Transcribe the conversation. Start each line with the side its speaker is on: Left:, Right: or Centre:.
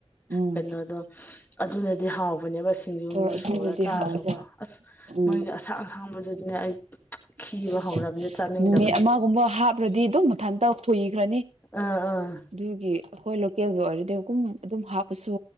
Right: ꯎꯝ
Left: ꯀꯩꯅꯣꯗꯣ ꯑꯗꯨꯅꯗꯤ ꯍꯥꯎ ꯕꯅꯦꯕ ꯁꯤꯡꯖꯨꯒꯨꯝꯕ
Right: ꯍꯣꯏ ꯑꯗꯨꯅꯗꯤ
Left: ꯁꯨꯔꯥ ꯆꯥꯔꯁꯨꯀꯣ
Right: ꯍꯥꯎꯋꯦꯕ
Left: ꯑꯁ
Right: ꯎꯝ
Left: ꯃꯣꯏꯒꯤ ꯑꯁꯥꯡ ꯑꯁꯥꯡꯕꯗꯨꯗꯤꯅꯦ ꯑꯩ ꯈꯤꯕ
Right: ꯑꯁ
Left: ꯍꯧꯔꯕꯅꯦ ꯆꯥꯅꯤꯡꯗꯕꯅ
Right: ꯅꯨꯃꯤꯠ ꯑꯃꯒꯨꯝꯕ ꯍꯥꯞꯔꯗꯤ ꯑꯗꯨꯝ ꯃꯊꯟ ꯇꯧ ꯈꯨꯏꯈ꯭ꯔꯅꯤ
Left: ꯑꯥ ꯑꯥ
Right: ꯑꯗꯨꯒꯤ ꯑꯈꯣꯏ ꯂꯣ ꯀꯦꯜꯒꯤ ꯑꯣꯏꯔꯗꯤ ꯀꯨꯝ ꯑꯗꯨꯝ ꯍꯥꯞꯄꯁꯨ